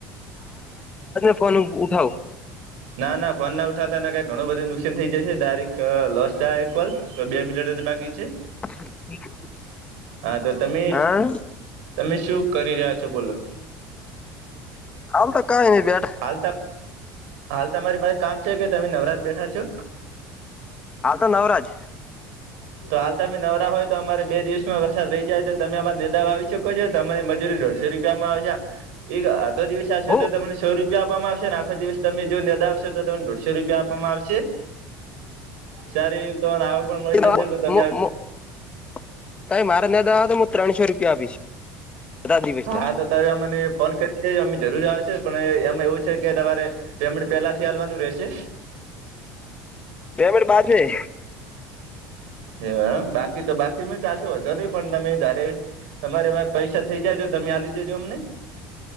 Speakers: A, on the left; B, on the right.
A: <unintelligible> ઉઠાવ
B: <inaudible> ના ના ફોન ના ઉઠાતાને ક ઘણું બધું નુકસાન થઈ જાયશે દરેક લોસ થાયલ તો બે મીનીટ જ બાકી છે
A: <unintelligible>
B: હા તો તમે,
A: હા
B: તમે શું કરી રહ્યા છો બોલો?
A: આમ તો કઈની બેઠા.
B: હાલ હાલ તમારી પાસે કામ છે કે તમે નવરાત બેઠા છો?
A: હા તો નવરાજ.
B: તો હાલ તમે નવરા હોય તો અમારે બે દિવસમાં વરસાદ રહી જાય તો તમે અમારે નિંદાવા આવી શકો છો તો અમારી મજૂરી રડ રૂપિયામાં આવે છે. એક આખો દિવસ આશે
A: હું
B: તો તમને સો રૂપિયા આપવામાં આવશે ને આખો દિવસ તમે જો નીદાવશો તો તમને દોઢસો રૂપિયા આપવામાં આવશે. સારી એવી તમને આવક પણ મળી જશે.
A: <unintelligible>
B: તો તમે
A: ત્રાણશો રૂપિયા આપીશ. બધા દિવસના
B: હા તો તમે અમને ફોન કરી છે અમે જરૂર આવશે પણ એમાં એવું છે કે તમારે તેમણે પેલાથી હાલવાનું રહેશે.
A: તેવળ બારની.
B: હમ બાકી તો બાકીમાં ચાલશે વધો નહી પણ તમે જારે તમારેમાં પૈસા થઇ જાય તો તમે આલી દેજો અમને.